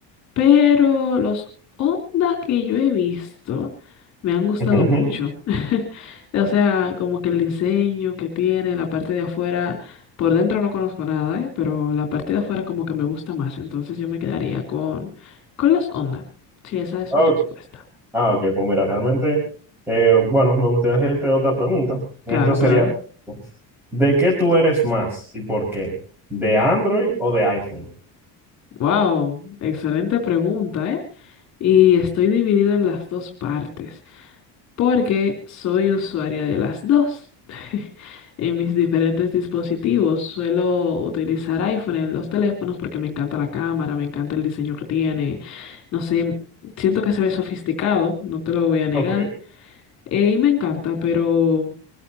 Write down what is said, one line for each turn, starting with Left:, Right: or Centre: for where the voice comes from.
Left: pero los Honda que yo he visto me han gustado
Centre: Ujú, ujú.
Left: mucho. <laughs> O sea, como que el diseño que tiene, la parte de afuera, por dentro no conozco nada, ¿eh? Pero la parte de afuera como que me gusta más, entonces yo me quedaría con, con los Honda. Sí, esa es
Centre: Ok.
Left: mi respuesta.
Centre: Ah, ok, pues mira, realmente, eh, bueno, me gustaría hacerte otra pregunta. Esto
Left: Claro,
Centre: sería,
Left: claro.
Centre: ¿de qué tú eres más y por qué? ¿De Android o de iPhone?
Left: Wow, excelente pregunta, ¿eh? Y estoy dividida en las dos partes. porque soy usuaria de las dos. <laughs> En mis diferentes dispositivos suelo utilizar iPhone en los teléfonos porque me encanta la cámara, me encanta el diseño que tiene. No sé, siento que se ve sofisticado, no te lo voy a negar.
Centre: Ok.
Left: eh, y me encanta, pero